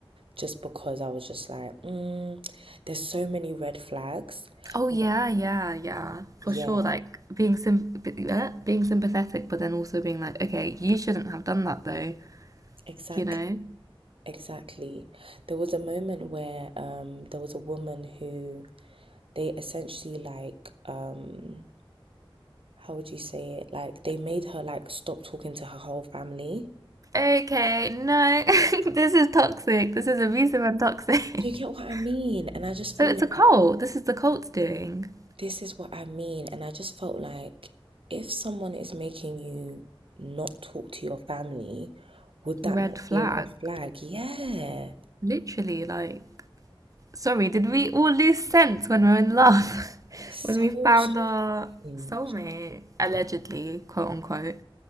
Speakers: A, on the right (about 70°); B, on the right (about 35°).
A: just because I was just like, mm, there's so many red flags.
B: Oh yeah,
A: Like,
B: yeah, yeah, for
A: yeah,
B: sure. Like being sym- uh, being sympathetic, but then also being like, okay, you shouldn't have done that though,
A: exact,
B: you know.
A: exactly. There was a moment where um there was a woman who they essentially like um how would you say it? Like they made her like stop talking to her whole family.
B: Okay, no, <laughs> this is toxic. This is abusive and toxic.
A: Do you get what
B: <laughs>
A: I mean? And I just
B: So
A: feel
B: it's
A: like
B: a cult. This is the cult's doing.
A: this is what I mean. And I just felt like if someone is making you not talk to your family, would that
B: Red
A: not
B: flag.
A: be a red flag? Yeah.
B: Literally, like, sorry, did we all lose sense when we were in love? <laughs>
A: It's
B: When
A: so
B: we found our
A: strange.
B: soulmate, allegedly, quote unquote.